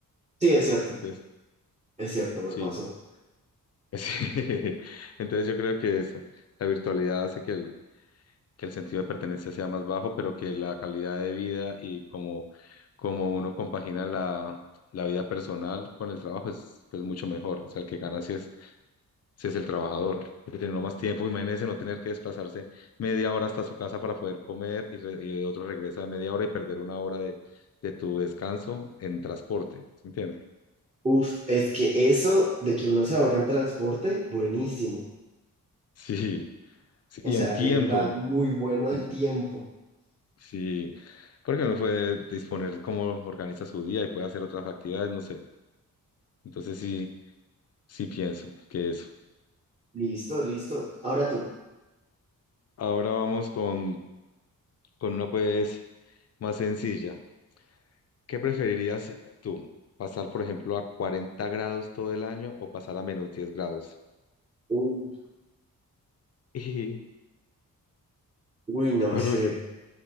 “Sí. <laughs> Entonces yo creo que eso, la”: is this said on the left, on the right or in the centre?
Left